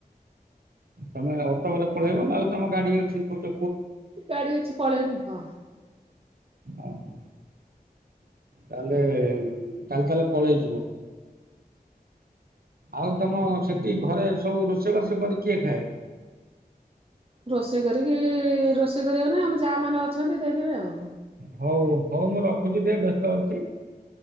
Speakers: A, on the right; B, on the right.
A: ତମେ ଅଟୋରେ ପଳେଇବ ନା ଆଉ ତମ ଗାଡି ଅଛି କଉଚ
B: ଗାଡି ଅଛି ପଳେଇବୁ ହଁ।
A: ଓହୋ ତାହାଲେ ତାହଲେ ପଳେଇ ଯିବ ଆଉ ତମ ସେଠି ଘରେ ସବୁ ରୋଷେଇବାସ କରି କିଏ ଖାଏ?
B: ରୋଷେଇ କରିକି ର ରୋଷେଇ କରିବନା ଆମ ଯା ମାନେ ଅଛନ୍ତି ଦେଇଦେବେ ଆଉ।
A: ହଉ ହଉ ମୁଁ ରଖୁଛି ଟିକେ ବ୍ୟସ୍ତ ଅଛି।